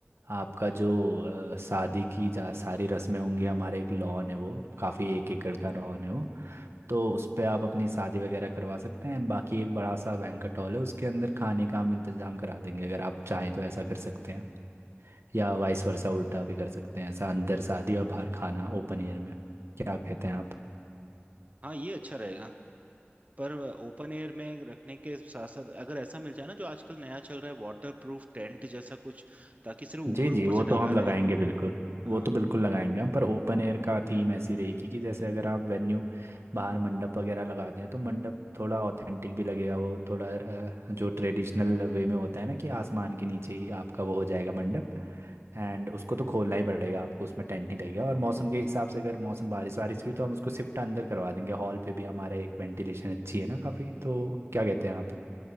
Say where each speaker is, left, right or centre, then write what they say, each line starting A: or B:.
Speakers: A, on the right (about 80°); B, on the right (about 35°).
A: आपका जो अ, शादी की जा सारी रस्में होंगी हमारा एक लॉन है वो काफ़ी एक एकड़ का लॉन है वो तो उस पे आप अपनी शादी वगैरह करवा सकते हैं एंड बाकी एक बड़ा सा बैंक्वेट हॉल है उसके अंदर खाने का हम इंतज़ाम करा देंगे अगर आप चाहें तो ऐसा कर सकते हैं या वाइस वर्सा उल्टा भी कर सकते हैं ऐसा अंदर शादी और बाहर खाना ओपन एयर में क्या कहते हैं आप
B: हाँ ये अच्छा रहेगा पर ओपन एयर में रखने के साथ साथ अगर ऐसा मिल जाए ना जो आजकल नया चल रहा है वाटर प्रूफ टेंट जैसा कुछ ताकि सिर्फ ऊपर
A: जी जी
B: ऊपर
A: वो
B: से ढका
A: तो हम
B: रहे
A: लगाएंगे बिल्कुल वो
B: हाँ
A: तो बिल्कुल लगाएंगे हम पर ओपन एयर का थीम ऐसी रहेगी कि जैसे अगर आप वेन्यू बाहर मंडप वगैरह लगा दें तो मंडप थोड़ा ऑथेंटिक भी लगेगा वो थोड़ा अ, जो ट्रेडिशनल वे में होता है ना कि आसमान के नीचे ही आपका वो हो जाएगा मंडप एंड उसको तो खोलना ही पड़ेगा आपको उसमें टेंट नहीं लगेगा और मौसम के हिसाब से अगर मौसम बारिश वारिश हुई तो हम उसको शिफ्ट अंदर करवा देंगे हॉल पे भी हमारा एक वेंटिलेशन अच्छी है ना काफ़ी तो क्या कहते हैं आप